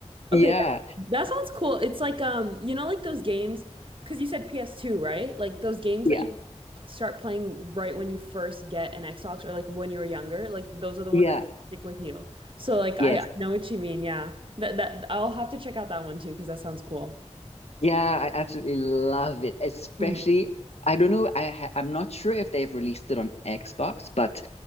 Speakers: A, on the right; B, on the left.
A: Okay,
B: yeah,
A: yeah. That sounds cool. It's like um, you know, like those games, because you said PS2, right? Like those games
B: yeah,
A: that you start playing right when you first get an Xbox or like when you were younger, like those are the
B: yeah.
A: ones that kind of stick with you. So like
B: Yes,
A: I, I know what you mean, yeah. That that I'll have to check out that one too, because that sounds cool.
B: Yeah, I absolutely love it. Especially,
A: Mhm.
B: I don't know, I ha I'm not sure if they've released it on Xbox, but